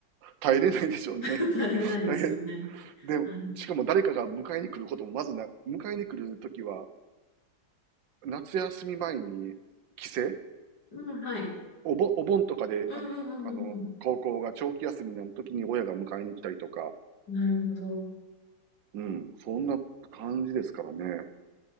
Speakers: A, on the right; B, on the left.
A: 耐えれないでしょうね。
B: <laughs> 耐えれないですよね。
A: <laughs> 大変。でも、
B: ある
A: しかも誰かが迎えに来ることもまずな、迎えに来るときは、夏休み前に帰省
B: うん、はい。
A: お盆お盆とかであ
B: うんうんうんうん
A: あの、高校が長期休みの時に親が迎えに来たりとか、
B: うん。なるほど。
A: うん、そんな感じですからね。